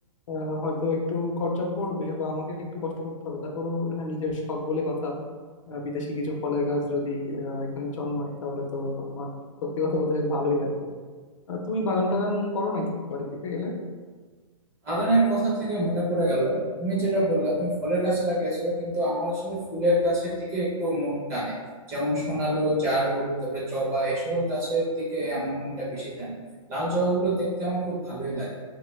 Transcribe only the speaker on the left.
আহ, হয়তো একটু খরচা পড়বে বা আমাকে একটু কষ্ট করতে হবে তারপরেও হ্যাঁ নিজের শখ বলে কথা আহ, বিদেশি কিছু ফলের গাছ যদি আহ, এখানে জন্মায় তাহলে তো আমার সত্যি কথা বলতে বেশ ভালোই লাগবে আহ, তুমি বাগান টাগান করো নাকি বাড়ি থেকে গেলে